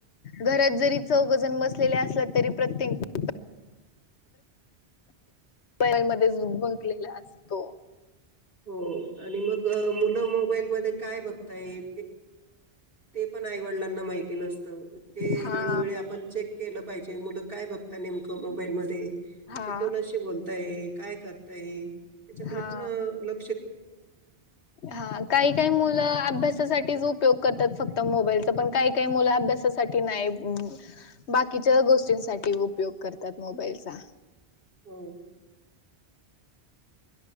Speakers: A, on the left; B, on the right.
A: घरात जरी चौघजण बसलेले असलात तरी प्रत्येक ल मध्ये झु गुंकलेला असतो
B: हो आणि मग मुलं मोबाईलमध्ये काय बघताय ते पण ण आईवडलांना माहिती नसत ते
A: हा
B: वेळोवेळी आपण चेक केलं पाहिजे मु काय बघता नेम मोबाईल मध्ये
A: हा
B: ते कोणशी बोलताय काय करताय त्याच्याकडे
A: हा
B: पण ल
A: हा काही काही मुलं अभ्यासासाठीो उपयोग करतात फक्त मोबाईलचा पण काही काही मुलं अभ्यासासाठी नाही बाकीच्या गोष्टी उपयोग करतात मोबाईलचा
B: होम